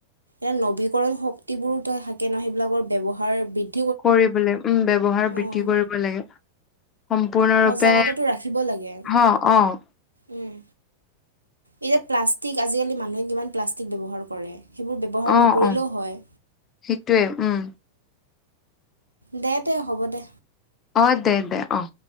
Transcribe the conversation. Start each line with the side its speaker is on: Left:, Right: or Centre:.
Right: এ নবীকৰণ শক্তিবোৰো তই থাকে নহয় সেইবিলাকৰ ব্যৱহাৰ বৃদ্ধি-
Left: কৰিব লাগে, উম ব্যৱহাৰ
Right: অঁ
Left: বৃদ্ধি কৰিব লাগে। সম্পূৰ্ণৰূপে
Right: সজাগতাটো ৰাখিব লাগে
Left: অঁ অঁ।
Right: উম, এতিয়া প্লাষ্টিক আজিকালি মানুহে কিমান প্লাষ্টিক ব্যৱহাৰ কৰে। সেইবোৰ ব্যৱহাৰ
Left: অ
Right: নকৰিলেও
Left: অ
Right: হয়।
Left: সেইটোয়ে উম
Right: দে দে হ'ব দে।
Left: অঁ দে দে অঁ।